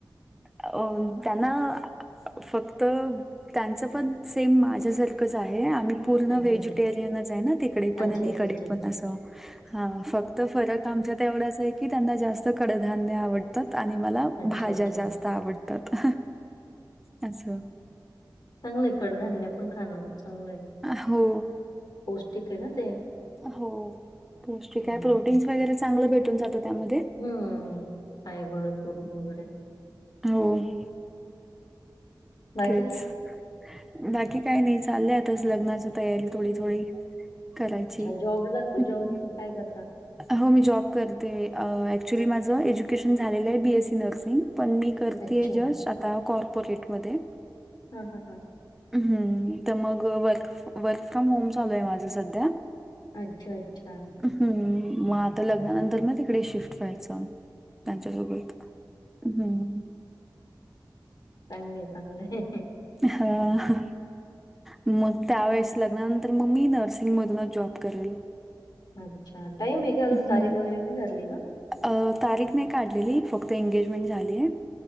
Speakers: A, in the centre; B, on the left (about 60°).
A: अ. त्यांना- फक्त त्यांचं पण सेम माझ्यासारखंच आहे. आम्ही- पूर्ण
B: अच्छा
A: व्हेजिटेरियनच
B: अच्छा
A: आहे ना? तिकडे पण
B: अच्छा
A: आणि
B: अच्छा
A: इकडे
B: अच्छा
A: पण असं. हा. फक्त फरक आमच्यात एवढाच आहे की, त्यांना जास्त कडधान्य आवडतात. आणि मला-
B: अच्छा
A: भाज्या
B: अच्छा
A: जास्त आवडतात अस.
B: चांगलंय कडधान्य पण खाणं खूप चांगलंय.
A: अ हो.
B: पौष्टिक आहे ना ते?
A: हो. पौष्टिक
B: हम्म
A: आहे. प्रोटीन्स वगैरे चांगलं भेटून जातं त्यामध्ये.
B: हम्म. फायबर प्रोटीन वगैरे.
A: होय.
B: बाकी?
A: तेच. बाकी काय नाही. चाललं आताच लग्नाची तयारी थोडी थोडी. करायची
B: अच्छा. जॉब ला जॉब
A: हं.
B: काय करता?
A: हो मी जॉब करते. ऍक्च्युली माझं एज्युकेशन झालेलं आहे बी एस सी नर्सिंग पण मी- करतीये
B: अच्छा.
A: जॉब आता कारपोरेट मधे.
B: हा हा हा.
A: हम्म. तर मग वर्क, वर्क फ्रॉम होम चालू आहे माझं सध्या.
B: अच्छा. अच्छा.
A: हम्म. मग आता लग्नानंतर
B: हं.
A: ना तिकडे शिफ्ट व्हायचं. त्यांच्यासोबत. हम्म.
B: चांगलंय. चांगलंय.
A: हा. मग त्यावेेळेस, लग्नानंतर मग मी नर्सिंग मधूनच जॉब करेन.
B: अच्छा. टाईम आहे का? अजून
A: हं.
B: तारीख वगैरे नाही ठरली का?
A: अ तारीख नाही काढलेली. फक्त एंगेजमेंट झाली आहे.